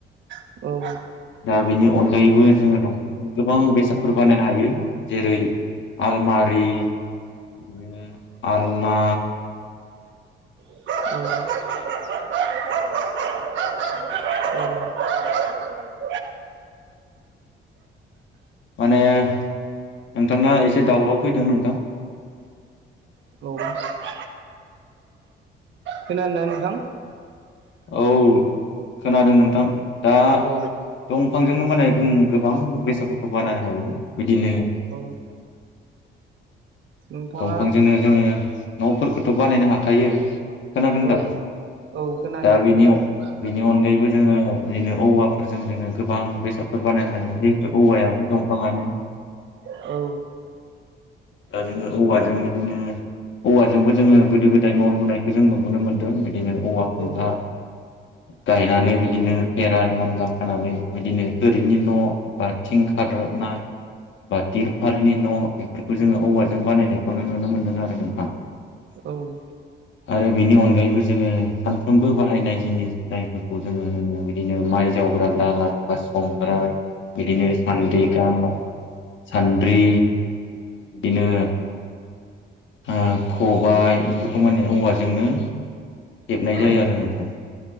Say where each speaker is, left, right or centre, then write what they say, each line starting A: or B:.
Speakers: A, on the right; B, on the left.
A: औ
B: दा बेनि अनगायैबो जोङो दंफां गोबां बेसादफोर बानायनो हायो जेरै आलमारि बिदिनो आलना
A: <unintelligible>
B: माने नोंथांना एसे दावराव फैदों नोंथां
A: औ खोनादोंना नोंथां?
B: औ खोनादों नोंथां दा
A: औ
B: दंफांजोंनो माने गोबां बेसादफोरखौ बानायनो हायो बिदिनो
A: औ नोंथाङा
B: दंफांजोंनो जोङो न'फोरखौथ' बानायनो
A: औ
B: हाखायो खोनादों
A: औ
B: दा?
A: औ खोनादों
B: दा बेनि
A: नोंथां
B: बेनि अनगायैबो जोङो बिदिनो औवाफोरजों जोङो गोबां बेसादफोर बानायनो हायो। औवायाबो दंफाङानो
A: औ
B: आरो औवाजों बिदिनो औवाजोंबो जोङो गोदो गोदाय न' लुनायखौ जों नुबोनो मोन्दों। बिदिनो औवा खुन्था
A: औ
B: गायनानै बिदिनो भेरान मानला खानै बिदिनो थोरिनि न' बा थिं खाद्रबनाय बा तिरपालनि न' बेफोरखौ जोङो औवा जों बानायनायखौनो नुनो मोन्दों आरो नोंथां।
A: औ औ
B: आरो बेनि अनगायैबो जोङो सानफ्रोमबो बाहायनाय जिनिस जायफोरखौ जोङो होनो बे बिदिनो माइ जावग्रा दाला बा संग्राय बिदिनो सान्द्रिगाव सान्द्रि बिदिनो ओ खबाय बेफोरखौ मान होने औवारजोंनो हेबनाय
A: औ
B: जायो आरो नोंथां।